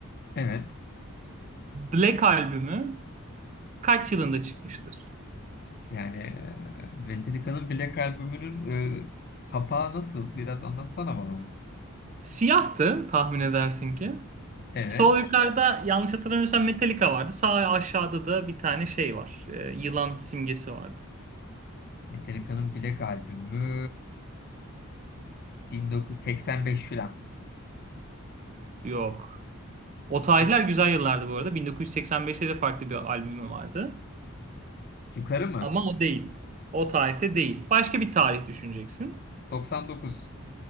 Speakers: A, on the left (about 45°); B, on the right (about 35°).
A: Evet.
B: Black albümü kaç yılında çıkmıştır?
A: Yani e, Metallica'nın Black albümünün e, kapağı nasıl? Biraz anlatsana bana. onu.
B: Siyahtı tahmin edersin ki.
A: Evet.
B: Sol
A: ş-
B: yukarıda yanlış hatırlamıyorsam Metallica vardı. Sağ aşağıda da bir tane şey var. Ee, yılan simgesi vardı.
A: Metallica'nın Black albümü 1985 falan.
B: Yok. O tarihler
A: Yu-
B: güzel yıllardı bu arada. 1985'te de farklı bir albümü vardı.
A: Yukarı mı?
B: Ama o değil. O tarihte değil. Başka bir tarih düşüneceksin.
A: 99.